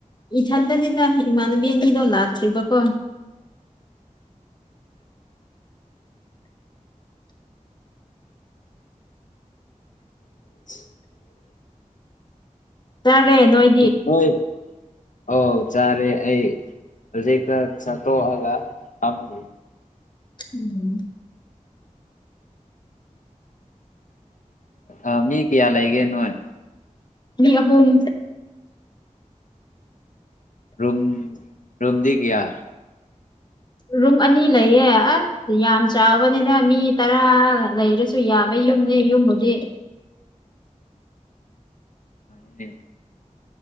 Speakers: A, on the left (about 35°); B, on the left (about 75°).
A: ꯏꯊꯟꯗꯅꯤꯗ ꯏꯃꯥꯟꯅꯕꯤ ꯑꯅꯤꯗꯣ ꯂꯥꯛꯇ꯭ꯔꯤꯕꯀꯣ
B: <unintelligible>
A: ꯆꯥꯔꯦ ꯅꯣꯏ
B: ꯒꯨꯠ ꯕꯣꯏ ꯑꯧ ꯆꯥꯔꯦ ꯑꯩ ꯍꯧꯖꯤꯛꯇ ꯆꯥꯊꯣꯛꯑꯒ ꯐꯝꯃꯤ
A: <unintelligible>
B: ꯑꯥ ꯃꯤ ꯀꯌꯥ ꯂꯩꯒꯦ ꯅꯣꯏ
A: ꯃꯤ ꯑꯍꯨꯝ
B: ꯔꯝ ꯔꯨꯝꯗꯤ ꯀꯌꯥ
A: ꯔꯨꯝ ꯑꯅꯤ ꯂꯩꯌꯦ ꯑ ꯌꯥꯝ ꯆꯥꯎꯕꯅꯤꯅ ꯃꯤ ꯇꯔꯥ ꯂꯩꯔꯁꯨ ꯌꯥꯕ ꯌꯨꯝꯅꯦ ꯌꯨꯝꯕꯨꯗꯤ
B: <unintelligible>